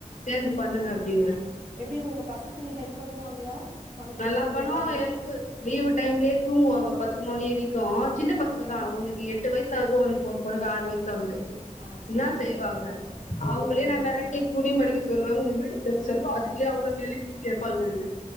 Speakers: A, on the left; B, on the right.
A: சேந்து பண்ணுங்க அப்டின்னுவ
B: எப்படி உங்க பசங்கங்க ஹெல்ப் பண்ணுவாங்களா சமைக்கிறதுக்கு
A: நல்லா பண்ணுவாங்க
B: ஏதாவது?
A: ஹெல்ப்பு லீவு டைம்லேயே தூங்குவாங்க பத்து மணி வரைக்கு சின்ன பசங்கதா
B: ம்.
A: ஒன்னுக்கு எட் டு வயசு ஆகுது ஒன்னு ஒரு பொண்ணுக்கு ஆறு வயசு ஆகுது
B: ஆ சின்ன
A: என்னா
B: பிள்ளைங்க.
A: செய்வாங்க
B: ஒண்ணும்
A: அவங்களே
B: செய்ய
A: நா
B: மாட்டாங்க.
A: மெரட்டி துணி மடிக்க சொல்லுவ கொஞ்சோ வீடு பெருக்க செல்லுவ அதுக்கே அவ்ளோ கேள்வி கேப்பாளுங்க என்ன